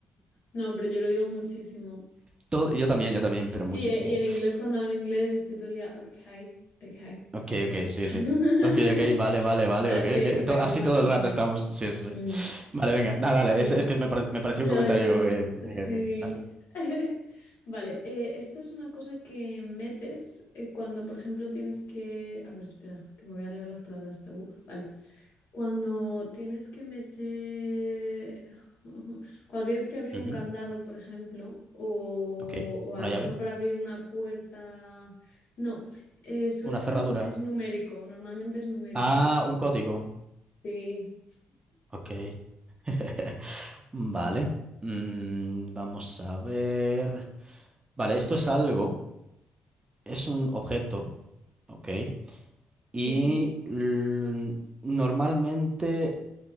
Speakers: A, on the left (about 65°); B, on the right (about 25°).
A: No, pero yo lo digo muchísimo.
B: Todo- yo también, yo también, pero muchísimo.
A: Y, eh, y en inglés, cuando hablo inglés, estoy todo el día, okay, okay,
B: Ok,
A: right.
B: ok, sí,
A: <laughs>
B: sí. Ok, ok, vale, vale, vale,
A: O sea,
B: ok,
A: es que
B: ok.
A: soy
B: To-
A: igual
B: así todo
A: en
B: el
A: inglés.
B: rato estamos. Sí, sí,
A: Mm,
B: sí. Vale, venga, nada, dale.
A: sí,
B: Es, es que me, pare- me pareció
A: le
B: un comentario
A: doy, le doy.
B: que tenía
A: Sí.
B: que decir. Dale.
A: <laughs> Vale, eh, esto es una cosa que metes eh, cuando, por ejemplo, tienes que... A ver, espera, que me voy a leer las palabras tabú. Vale. Cuando tienes que meter, <laughs> cuando tienes que abrir
B: Ujú,
A: un candado, por ejemplo, o,
B: Ok.
A: o a
B: ¿Una
A: lo
B: llave?
A: mejor para abrir una puerta, no, eh, suele
B: ¿Una
A: ser,
B: cerradura?
A: nu- es numérico, normalmente es numérico.
B: Ah, un código.
A: Sí.
B: Ok. <laughs> Vale. Mm, vamos a ver. Vale, esto es algo, es un objeto, ¿ok? Y
A: Ujú,
B: l- normalmente